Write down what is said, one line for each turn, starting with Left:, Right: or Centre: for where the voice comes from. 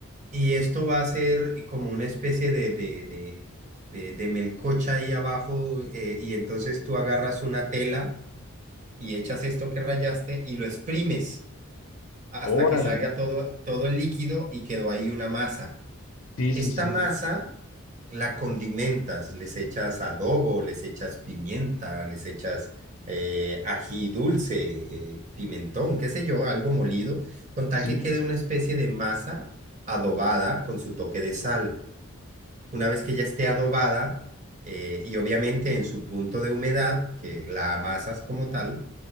Right: Y esto va a ser como una especie de, de, de, de, de melcocha ahí abajo. eh, y entonces tú agarras una tela y echas esto que rayaste y lo exprimes hasta
Left: Órale.
Right: que salga todo, todo el líquido y quedó ahí una masa.
Left: Sí,
Right: Esta
Left: sí, sí.
Right: masa la condimentas, les echas adobo, les echas pimienta, les echas eh, ají dulce, eh, pimentón, qué sé yo, algo molido, con tal
Left: Sí,
Right: que quede una especie de masa adobada con su toque de sal. Una vez que ya esté adobada eh, y obviamente en su punto de humedad, que la amasas como tal,